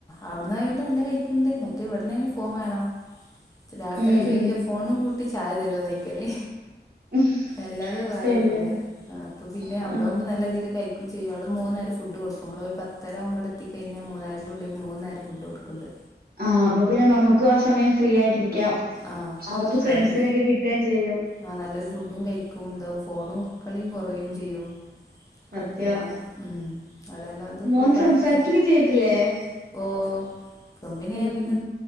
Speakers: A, on the left; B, on the right.
A: അവിട്ന്ന് ആയോണ്ട് നല്ല കഴിക്ക്ണ്ട്. മറ്റേ ഇവിട്ന്നാണെ ഫോൺ വേണം. ന്നിറ്റ് രാവിൽത്തന്നെ
B: ഉം
A: ചോദിക്കും
B: ഉം
A: ഫോണും കൂട് ട്ടി ചായ തരോന്ന് ചോയ്ക്കാന്.
B: ഉം
A: അല്ലാതെ വ യ
B: പിന്നെ
A: എടുക്കൂല. ആഹ് അപ്പൊ പിന്നെ
B: ആഹ്
A: അവിടെയാവുമ്പോ
B: ആഹ്
A: നല്ല രീതീല് കഴിക്കും ചെയ്യും. അവിടെ മൂന്ന് നേരം ഫുഡ്ഡ് കൊടുക്കും നമ്മൾ ഒരു പത്തര ആകുമ്പോ അവിടെ എത്തിക്കഴിഞ്ഞാ മൂന്നരന്റെ ഉള്ളില് മൂന്ന് നേരം ഫുഡ്ഡ് കൊടുക്കും. കുണ്ട്.
B: ആഹ് അപ്പൊ പിന്നെ നമുക്കും ആ സമയം ഫ്രീ ആയിട്ടിരിക്കാം.
A: ആഹ്
B: അവർക്ക് ഫ്രണ്ട്സിനെയൊക്കെ
A: അത്
B: കിട്ടുകയും ചെയ്യും.
A: ആഹ് നല്ലൊരു ഫുഡ്ഡും കഴിക്കും എന്താവും ഫോണും കളി കൊറയും ചെയ്യും.
B: സത്യ
A: അഹ് പിന്നെ ഉം. അടേല്ലതും ഇപ്പൊ
B: മോൻ
A: പഠിപ്പിക്കാ. ഓന് സംസാരിക്കൊക്കെ
B: ചെയ്യത്തില്ലേ
A: ചെയ്യുന്നില്ലേ? ഓഹ് കമ്പിനി
B: ഉം
A: ആയാ പിന്നെ
B: ഉം